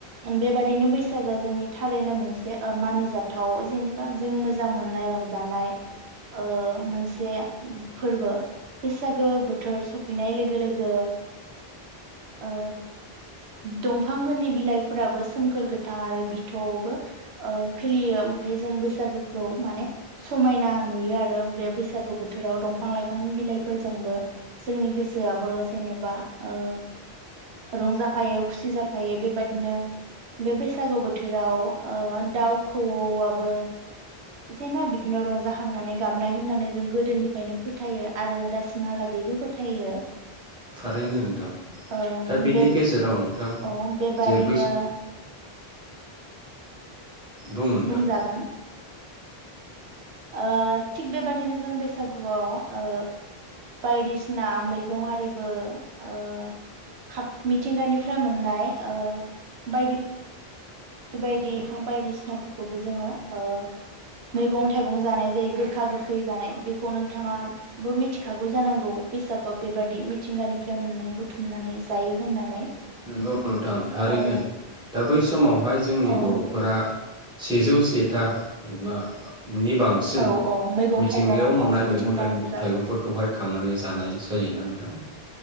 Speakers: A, on the right; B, in the centre.
A: उम बेबादिनो बैसागोआ जोंनि थारैनो मोनसे ओ मानिजाथाव जेनेबा जों मोजां मोननाय रंजानाय ओ मोनसे <unintelligible> फोरबो। बैसागो बोथोर सफैनाय लोगो लोगो ओ दंफांफोरनि बिलाइफोराबो सोमखोर गोथां आरो बिथ'बो ओ खोलियो ओमफाय जों बैसागोखौ माने समायना नुयो आरो बे बैसागो बो थोराव दंफां लाइफांनि बिलाइफोरजोंबो जोंनि गोसोआबो जेनेबा ओ रंजाफायो खुसि जाफायो बेबादिनो बे बैसागु बोथोराव ओ दाउ खौवौआबो जेनबा बिदिनो रंजाखांनानै गाबनाय होननानै जों गोदोनि फायनो फोथायो आरो दासिमहालागैबो फोथायो।
B: थारैनो नोंथां
A: ओ
B: दा बेनि
A: बे
B: गेजेराव नोंथां
A: औ बेबादिनो
B: जे बै बुं नोंथां
A: बुंजागोन ओ थिग बेबादिनो जों बैसागुआव ओ बायदिसिना मैगंआरिबो ओ खाब मिथिंगानिफ्राय मोननाय ओ बायदि बायदि <inaudible> बायदिसिनाफोरखौबो जोङो ओ मैगं थाइगं जानाय जायो गोखा गोखै जानाय बेखौ नोंथाङाबो मिथिखागौ जानांगौ बैसागुआव बेबादि मिथिंगानिफ्राय मोननाय बुथुमनानै जायो होननानै।
B: नोंगौ नोंथां थारैनो
A: ओ
B: दा बै समावहाय जोंनि
A: औ
B: बरफोरा सेजौ सेता <unintelligible> नि बांसिन
A: औ औ मैगं
B: मिथिंगायाव
A: थाइगं
B: मोननाय
A: अ मिथिंगानिफ्राय
B: मैगं थाइगं थाइगंफोरखौहाय खांनानै जानाय जायोना नोंथां